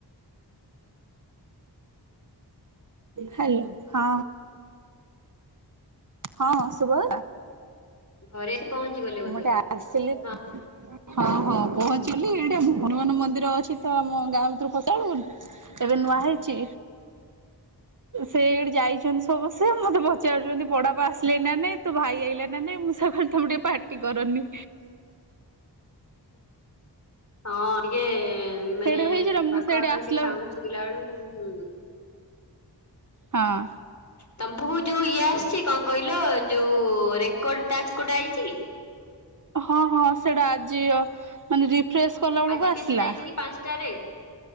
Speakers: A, on the right (about 45°); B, on the left (about 40°).
A: ହ୍ୟାଲୋ ହଁ ହଁ ହ ଶୁଭ
B: ଘରେ ପହଞ୍ଚି ଗଲେ ବୋଧେ
A: ଟିକେ ଆସିଲି
B: ହଁ
A: ହଁ ହଁ ପହଞ୍ଚିଲି ଏଇଟା ହନୁମାନ ମନ୍ଦିର ଅଛି ତ ଆମ ଗାଁ ଭିତରୁ ପସାଡିବୁନି ଏବେ ନୂଆ ହେଇଛି ସେ ଏଠି ଯାଇଛନ୍ତି ସମସ୍ତେ ମତେ ପଚାରୁଛନ୍ତି ବଡା ବା ଆସ ନା ନାଇଁ ତୁ ଭାଇ ଆଇଲା ନା ନାଇଁ ମୁଁ ସକାଳେ ତମେ ଟିକେ ପାର୍ଟି କରନି
B: ହଁ ଟିକେ ମାନେ
A: ସେଇଠି ହେଇଥିଲା ମୁଁ
B: ପାଖ
A: ସେଇଠି
B: ଆଖରେ
A: ଆସିଲା
B: ଟିକେ ସାଉସ୍ ସୁଭିଲାଆଳୁକୁ ହୁଁ।
A: ହଁ।
B: ତମ୍ଭକୁ ଯୋଉ ଇଏ ଆସିଚି କଣ କହିଲ ଯୋଉ ରେକର୍ଡ ଟାସ୍କ ଗୋଟେ ଆଇଚିକି?
A: ହଁ ହଁ ସେଇଟା ଆଜି ଅ ମାନେ ରିପ୍ ଫ୍ରେସ୍ କଲା ବେଳକୁ
B: ଆଜି
A: ଆସିଲା
B: ମେସେଜ୍ ଆଇଚକି ପାଞ୍ଚଟାରେ